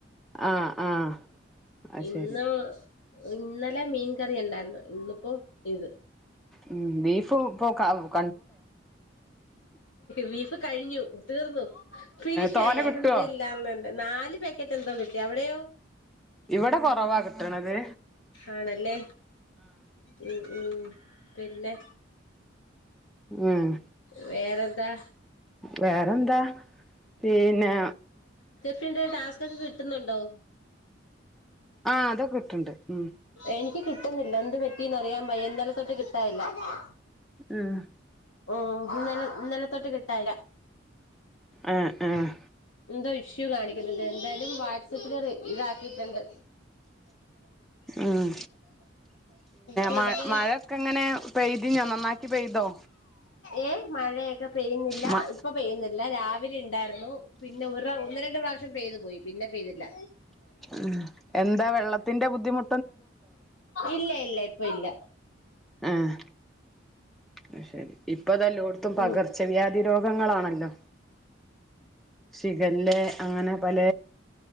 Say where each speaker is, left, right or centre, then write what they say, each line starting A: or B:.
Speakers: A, in the centre; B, on the left.
A: ആ ആ അത്
B: ഇന്ന്
A: ശരി
B: ഇന്നലെ മീൻ കറിയുണ്ടായിരൂന്നു ഇന്നിപ്പോ ഇത്
A: ഉം ബീഫ് <unintelligible>
B: ബീഫ് കഴിഞ്ഞു തീർന്നു ഫിനിഷായി
A: തോനെ
B: അൽഹംദുലില്ലാന്ന്
A: കിട്ടുവോ
B: നാല് പാക്കറ്റ് എന്തോ കിട്ടി അവിടെയോ
A: ഇവിടെ കൊറവാകി ട്ടണത്
B: ആണല്ലേ ഉം ഉം പിന്നെ
A: ആഹ്
B: വേറെന്താ?
A: വേറെന്താ? പിന്നെ
B: !!!!!
A: ആഹ് അതൊക്കെ കിട്ട്ണ്ട് ഉം
B: എനിക്ക് കിട്ടുന്നില്ല എന്ത് പറ്റിന്നറിയാ ൻ വയ്യന്നലെ തൊട്ട് കിട്ട <unintelligible>
A: ആഹ്
B: ഓ ഇന്നലെ ന്നലെത്തൊട്ട് കിട്ട തഴ
A: ആഹ് ആഹ്
B: എന്താ ഇഷ്യു കാണിക്കുന്നു അല്ല എന്തായാലും വാട്സ് ആപ്പിൽ റിവ ഇതാക്കിട്ട്ണ്ട്
A: ഉം
B: പിന്നെ
A: മ മഴൊക്കെ എങ്ങനെ പെയ്തിഞ്ഞോ നന്നാക്കി പെയ്തോ
B: ഏ മഴയൊക്കെ പെയ്യുന്നില്ല
A: മ
B: ഇപ്പൊ പെയ്യുന്നില്ല രാവി അവര്ണ്ടായിരുന്നു പിന്നെ ഒ ഒന്ന് രണ്ട് പ്രാവശ്യം പെയ്തു പോയി പിന്നെ പെയ് ല്ല
A: ഉ എന്താ വെള്ളത്തിന്റെ ബുദ്ധിമു
B: ഇല്ല ഇല്ല. ഇപ്പ ഇല്ല
A: ആഹ്. അത് ശരി. ഇപ്പൊതെല്ലോടത്തും
B: ഉം
A: പകർച്ച വ്യാധി രോഗങ്ങളാണല്ലോ. ഷിഗല്ല അങ്ങനെ പല